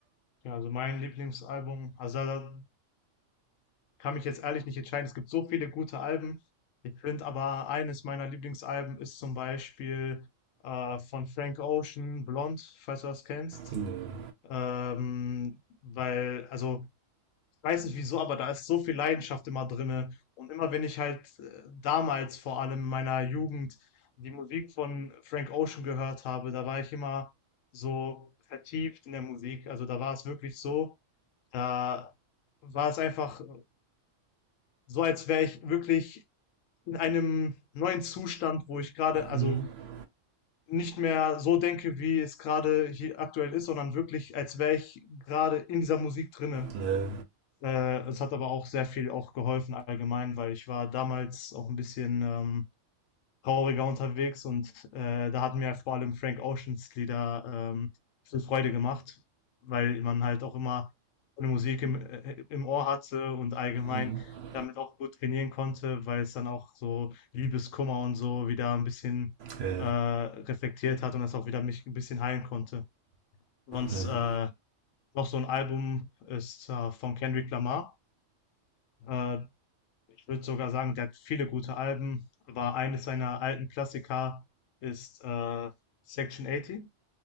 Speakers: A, on the left; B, on the right.
A: Ja, also mein Lieblingsalbum, also da da kann mich jetzt ehrlich nicht entscheiden. Es gibt so viele gute Alben. Ich finde aber eines meiner Lieblingsalben ist zum Beispiel äh, von Frank Ocean, Blond, falls du das kennst.
B: Nee.
A: Ähm, weil, also Ich weiß nicht wieso, aber da ist so viel Leidenschaft immer drinne. Und immer wenn ich halt äh, damals vor allem in meiner Jugend die Musik von Frank Ocean gehört habe, da war ich immer so vertieft in der Musik. Also da war es wirklich so, da war es einfach so, als wäre ich wirklich in einem neuen Zustand, wo ich gerade, also
B: Mhm.
A: nicht mehr so denke, wie es gerade hier aktuell ist, sondern wirklich, als wäre ich gerade in dieser Musik drinne.
B: Nee.
A: Äh, es hat aber auch sehr viel auch geholfen allgemein, weil ich war damals auch ein bisschen, ähm, trauriger unterwegs und, äh, da hat mir vor allem Frank Oceans Lieder, ähm, viel Freude gemacht, weil man halt auch immer eine Musik im äh, im Ohr hatte und allgemein
B: Mhm.
A: damit auch gut trainieren konnte, weil es dann auch so Liebeskummer und so wieder ein bisschen,
B: Ja.
A: äh, reflektiert hat und das auch wieder mich ein bisschen heilen konnte. Sonst,
B: Nee,
A: äh, noch so ein Album ist, äh, von Kendrick Lamar. Äh ich würde sogar sagen, der hat viele gute Alben, aber eines seiner alten Klassiker ist äh, Section 80.